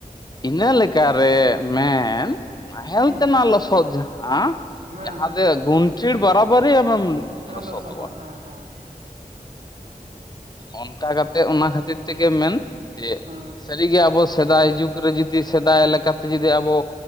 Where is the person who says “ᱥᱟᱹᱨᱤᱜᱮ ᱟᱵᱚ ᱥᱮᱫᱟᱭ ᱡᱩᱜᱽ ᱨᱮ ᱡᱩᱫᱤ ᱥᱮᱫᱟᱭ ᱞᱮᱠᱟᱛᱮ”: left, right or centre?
Left